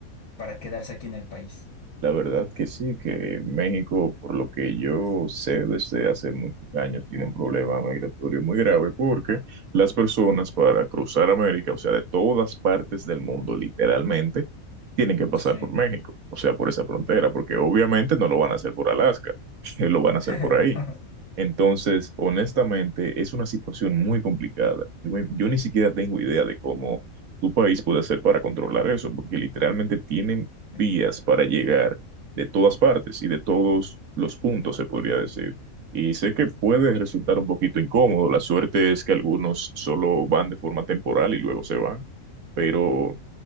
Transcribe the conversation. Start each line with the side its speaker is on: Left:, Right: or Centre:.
Left: para quedarse aquí en el país.
Right: La verdad que sí, que México, por lo que yo sé desde hace muchos años, tiene un problema migratorio muy grave porque las personas para cruzar América, o sea, de todas partes del mundo, literalmente, tienen que pasar
Left: Sí.
Right: por México, o sea, por esa frontera, porque obviamente no lo van a hacer por Alaska, <laughs> lo van
Left: <laughs>
Right: a hacer por ahí.
Left: No.
Right: Entonces, honestamente, es una situación muy complicada. Yo, yo ni siquiera tengo idea de cómo tu país puede hacer para controlar eso, porque literalmente tienen
Left: Sí,
Right: vías para llegar de todas partes y de todos los puntos, se podría decir. Y sé que puede
Left: sí.
Right: resultar un poquito incómodo. La suerte es que algunos solo van de forma temporal y luego se van, pero